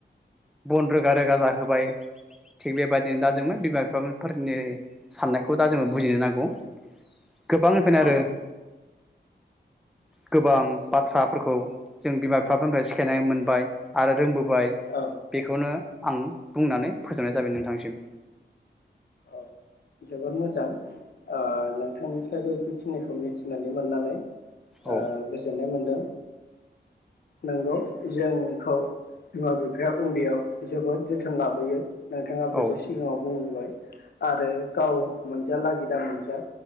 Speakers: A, in the centre; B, on the left.
A: बन रोगा रोगा जाहोबाय थिग बेबायदिनो दा जोंङो बिमा बिफाफोर फारथिनाय जायो साननायखौ दा जोङो बुजिनो नांगौ। गोबां फैनारो
B: औ
A: गोबां बाथ्राफोरखौ जों बिमा बिफाफोरनिफ्राय सिखायनाय मोनबाय आरो रोंबोबाय
B: औ
A: बेखौनो आं बुंनानै फोजोबनाय जाबाय नोंथांसिम।
B: औ जोबोर मोजां ओ नोंथांनिफ्रायबो बेखिनिखौ मिथिनानै मोननानै ओ
A: औ
B: गोजोननाय मोनदों। नंगौ जोंखौ बिमा बिफाया उन्दैयाव जोबोद जोथोन लाबोयो नोंथाङा
A: औ
B: बेखौ सिगाङाव बुं बाय आरो गाव मोनजालागि दा मोनजा